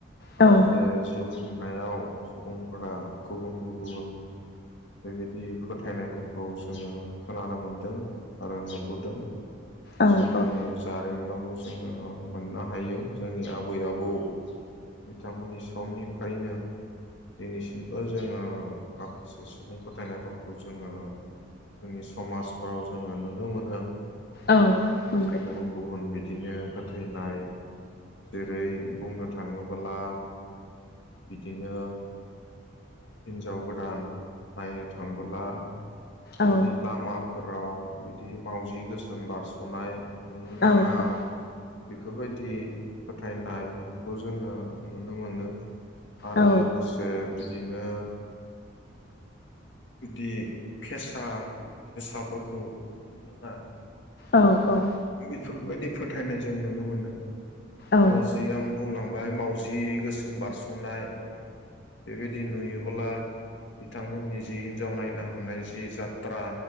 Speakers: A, on the left (about 50°); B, on the left (about 65°).
A: औ
B: आरो बे जुग। खुंनायाव सुबुंफोरा गुबुन गुबुन बेबायदि फोथायनायफोरखौ जोङो खोनानो मोनदों आरो नुबोदों।
A: औ
B: जोंनि
A: औ
B: जारिमिनाव जोङो मोननो हायो जोंनि आबै आबौ बिथांमोननि समनिफ्रायनो दिनैसिमबो जोङो माखासे सुबुं फोथायनायफोरखौ जोङो जोंनि समाजफ्राव जोङो नुनो मोनो।
A: औ
B: माखासे
A: नंगौ
B: गुबुन गुबुन बिदिनो। फोथायनाय जेरै बुंनो थाङोबोला बिदिनो हिनजाव गोदान नायनो थांबोला‌।
A: औ
B: बिदि लामाफोराव। बिदि मावजि गोसोम बारसनाय। नुनो नाङा
A: औ औ
B: बेफोरबायदि। बिदि फोथायनाय बेफोरखौ जोङो नुनो मोनो। आरो
A: औ
B: लोगोसे बिदिनो। दि फेसा फेसाफोरखौ नुनो नाङा।
A: औ औ।
B: बेफोरबायदि फोथायनाय जों नुनो मोनो।
A: औ
B: आरो जि आं बुंलांबाय माउजि गोसोम बारसनाय। बेबायदि नुयोब्ला। बिथांमोननि जि हिनजाव नायना। थांनाय जि जात्रा।